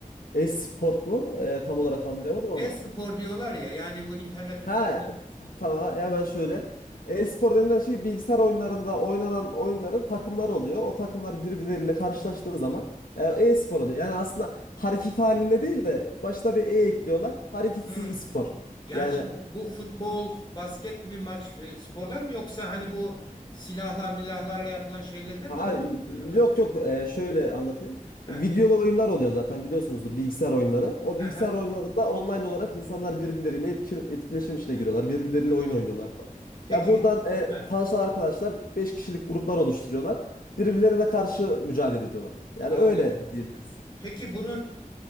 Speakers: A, on the left (about 80°); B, on the left (about 35°).
A: E-sport mu? E, tam olarak anlayamadım ama.
B: E-spor diyorlar ya yani bu internet üstünde.
A: Ha t- tamam hemen şöyle. E-spor denilen şey bilgisayar oyunlarında oynanan oyunların takımları oluyor. O takımlar birbirleriyle karşılaştığı zaman e, e-spor oluyor. Yani aslında hareket halinde değil de başta bir e ekliyorlar. Hareketsiz
B: Hmm.
A: bir spor.
B: Yani
A: Yani
B: şimdi bu futbol, basket gibi maç e, sporlar mı yoksa hani bu silahla milahlarla yapılan şeyleri de mi
A: Ha,
B: bunun içine koyuyorlar?
A: yok yok Ee, şöyle anlatayım.
B: Heh.
A: Videolu oyunlar oluyor zaten biliyorsunuzdur bilgisayar oyunları. O
B: Hı
A: bilgisayar
B: hı.
A: oyunlarında online olarak insanlar birbirleriyle etki- etkileşim içine giriyorlar. Birbirleriyle
B: Hmm.
A: oyun oynuyorlar falan.
B: Peki
A: Ya buradan e,
B: heh,
A: tanışan arkadaşlar 5 kişilik gruplar oluşturuyorlar. Birbirlerine karşı mücadele ediyorlar. Yani
B: anladım.
A: öyle diyeyim ben
B: Peki bunun